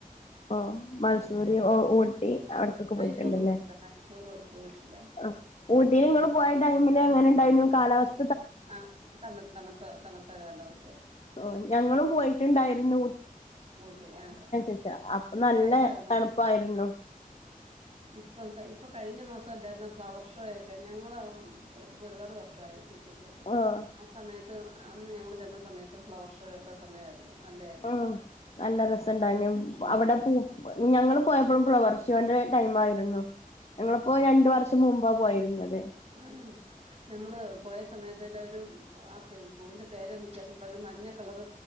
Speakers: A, on the left; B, on the right.
A: ഓ
B: ഉം.
A: മയ്സൂര് ഓ ഊട്ടി അവട്ത്തക്ക്
B: മൈസൂർ
A: പോയിട്ട്ണ്ട്ല്ലേ
B: പോയിട്ടില്ല. മൈസൂർ പോയിട്ടില്ല.
A: ആഹ്. ഊട്ടില് ഇങ്ങള് പോയ ടൈമിലെങ്ങനണ്ടായ്നു കാലാവസ്
B: ആഹ് തന്ന തണുപ്പ് തണ് ത്ത കാലാവസ്
A: ഓ ഞങ്ങ്ളും പോയിറ്റുണ്ടായിരുന്നു.
B: ഊട്ടി ആഹ്
A: <unintelligible> അപ്പൊ നല്ല
B: തണുപ്പായിരുന്നോ?
A: തണുപ്പായിരുന്നു.
B: ഇപ്പൊക്കെയ് ഇപ്പൊ കഴിഞ്ഞ മാസ ല്ലായിരുന്ന ഫ്ലവർ ഷോയെക്കെ ഞങ്ങള് പോയ്ട്ടിപ്പോ ഒരുപാട് വർഷായി കു ട്ടി പോയ്ട്ട്
A: ഓഹ്
B: ആ സമയത്ത് അന്ന് ഞങ്ങള് ചെന്ന സമയത്തും ഫ്ലവർ ഷോട സമയാര്ന്ന് നല്ലയാര്ന്ന്
A: ആഹ്
B: കാണാൻ
A: നല്ല രസണ്ടായിന്യം
B: ഉം
A: അവിട പൂ ഞങ്ങള് പോയപ്പഴും ഫ്ലവർ ഷോ ൻ്റെ ടൈം ആയിരുന്നു ഞങ്ങളിപ്പോ രണ്ട് വർഷ് മുമ്പാ പോയിര്ന്നത്
B: മ് ഞമ്മള് പോയ സമയത്ത് ല്ലാവരും അ പെം പൂവിന്റെ പേരെനിക്കറഞ്ഞൂടാ മഞ്ഞ കളറ്